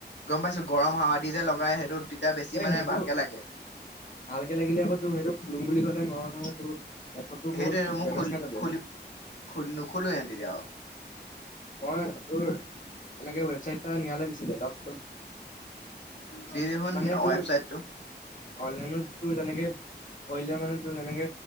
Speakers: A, on the left; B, on the left.
A: গম পাইছো। গৰম হাৱা দি যে লগাই সেইটো। তেতিয়া বেছি
B: এ
A: মানে
B: সেইটো
A: ভালকে লাগে।
B: ভালকে লাগিলে আকৌ তোৰ সেইটো খুলিম বুলি কলে নহয়- নহয় তোৰ। লেপটপটো
A: সেইটো
B: বহুত
A: মুখ
B: ডেমেজ খাই যাব
A: খল -খল নখোলোই এ তে আৰু।
B: মই তোৰ, এনেকে ৱেবচাইট এটা নিয়ালে দিছিল দিছিল।
A: দি দিয়কচোন
B: মানে
A: ৱেবচাইটটো।
B: তোৰ
A: <inaudible>
B: অনলাইনত তোৰ যেনেকে কৰিলে মানে তোৰ যেনেকে